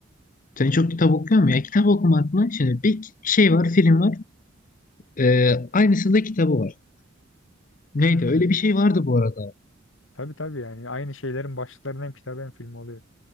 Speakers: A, on the left (about 45°); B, on the left (about 80°).
A: Sen çok kitap okuyor musun ya? Kitap okumak mı? Şimdi bir şey var, film var. Ee, aynısında kitabı var. Neydi?
B: Hmm.
A: Öyle bir şey vardı bu arada.
B: Tabii tabii yani aynı şeylerin başlıklarının hem kitabı hem filmi oluyor.